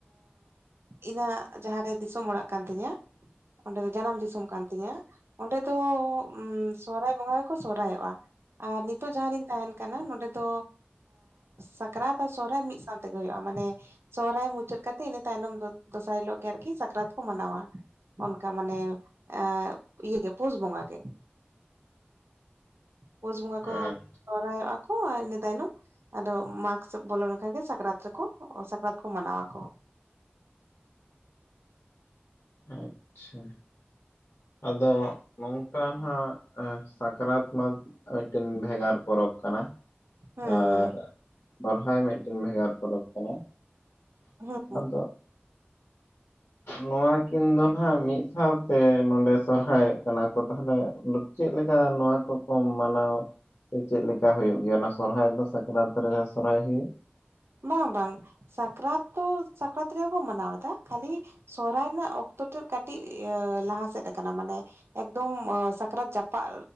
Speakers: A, on the right (about 85°); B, on the left (about 80°).
A: ᱤᱧᱟᱹᱜ ᱡᱟᱦᱟᱸᱨᱮ ᱫᱤᱥᱚᱢ ᱚᱲᱟᱜ ᱠᱟᱱ ᱛᱤᱧᱟᱹ ᱚᱸᱰᱮ ᱫᱚ ᱡᱟᱱᱟᱢ ᱫᱤᱥᱚᱢ ᱠᱟᱱ ᱛᱤᱧᱟᱹ ᱚᱸᱰᱮ ᱫᱚ ᱥᱚᱦᱚᱨᱟᱭ ᱵᱚᱸᱜᱟ ᱜᱮᱠᱚ ᱥᱚᱦᱚᱨᱟᱭᱚᱜᱼᱟ᱾ ᱟᱨ ᱱᱤᱛᱚᱜ ᱡᱟᱦᱟᱸ ᱨᱤᱧ ᱛᱟᱦᱮᱱ ᱠᱟᱱᱟ ᱱᱚᱰᱮ ᱫᱚ ᱥᱟᱠᱨᱟᱛ ᱥᱚᱨᱦᱟᱭ ᱢᱤᱫ ᱥᱟᱶ ᱛᱮᱜᱮ ᱦᱩᱭᱩᱜᱼᱟ, ᱢᱟᱱᱮ ᱥᱚᱦᱨᱟᱭ ᱢᱩᱪᱟᱹᱫ ᱠᱟᱛᱮ ᱤᱱᱟᱹ ᱛᱟᱭᱱᱚᱢ ᱫᱚᱥᱟᱨ ᱦᱤᱞᱳᱜ ᱜᱮ ᱟᱨᱠᱤ ᱥᱟᱠᱨᱟᱛ ᱠᱚ ᱢᱟᱱᱟᱣᱟ ᱚᱱᱠᱟ ᱢᱟᱱᱮ ᱮ ᱤᱭᱟᱹ ᱜᱮ ᱯᱩᱥ ᱵᱚᱸᱜᱟ ᱜᱮ
B: <inaudible>
A: ᱯᱩᱥ ᱵᱚᱸᱜᱟ ᱠᱚ
B: ᱟᱪ
A: ᱥᱚᱦᱚᱨᱟᱭᱚᱜᱼᱟ ᱠᱩ ᱟᱨ ᱤᱱᱟᱹ ᱛᱟᱭᱱᱚᱢ ᱟᱫᱚ ᱢᱟᱜᱽ ᱵᱚᱞᱚ ᱞᱮᱱᱠᱷᱟᱱ ᱜᱮ ᱥᱟᱠᱨᱟᱛ ᱨᱮᱠᱚ ᱥᱟᱠᱨᱟᱛ ᱠᱚ ᱢᱟᱱᱟᱣᱟ ᱠᱚ
B: ᱟᱪᱪᱷᱟ ᱟᱫᱚ ᱱᱚᱝᱠᱟ ᱱᱷᱟᱜ ᱥᱟᱠᱨᱟᱛ ᱢᱟ ᱢᱤᱫᱴᱮᱱ ᱵᱷᱮᱜᱟᱨ ᱯᱚᱨᱚᱵᱽ ᱠᱟᱱᱟ
A: ᱦᱩᱸ
B: ᱟᱨ
A: ᱦᱩᱸ
B: ᱥᱚᱨᱦᱟᱭ ᱢᱤᱫᱴᱮᱱ ᱵᱷᱮᱜᱟᱨ ᱯᱚᱨᱚᱵᱽ ᱠᱟᱱᱟ᱿
A: ᱦᱩᱸ ᱦᱩᱸ
B: ᱟᱫᱚ ᱱᱚᱣᱟ ᱠᱤᱱ ᱫᱚ ᱱᱟᱦᱟᱜ ᱢᱤᱫ ᱥᱟᱶᱛᱮ ᱱᱚᱰᱮ ᱥᱚᱨᱦᱟᱭᱚᱜ ᱠᱟᱱᱟ ᱠᱚ ᱛᱟᱦᱚᱞᱮ ᱪᱮᱫ ᱞᱮᱠᱟ ᱱᱚᱣᱟ ᱠᱚᱠᱚ ᱢᱟᱱᱟᱣ ᱥᱮ ᱪᱮᱫ ᱞᱮᱠᱟ ᱦᱳᱭᱳᱜ ᱜᱮᱭᱟ ᱚᱱᱟ ᱥᱚᱨᱦᱟᱭ ᱫᱚ ᱥᱟᱠᱨᱟᱛ ᱨᱮ ᱡᱟᱦᱟᱸ ᱥᱚᱨᱦᱟᱭ ᱦᱩᱭᱩᱜ
A: ᱵᱟᱝ ᱵᱟᱝ ᱥᱟᱠᱨᱟᱛ ᱫᱚ ᱥᱟᱠᱨᱟᱛ ᱨᱮᱜᱮ ᱠᱚ ᱢᱟᱱᱟᱣ ᱮᱫᱟ ᱠᱷᱟᱹᱞᱤ ᱥᱚᱨᱦᱟᱭ ᱨᱮᱱᱟᱜ ᱚᱠᱛᱚ ᱛᱚ ᱠᱟᱹᱴᱤᱡ ᱞᱟᱦᱟ ᱥᱮᱫ ᱟᱠᱟᱱᱟ ᱢᱟᱱᱮ ᱮᱠᱫᱚᱢ ᱥᱟᱠᱨᱟᱛ ᱡᱟᱯᱟᱜ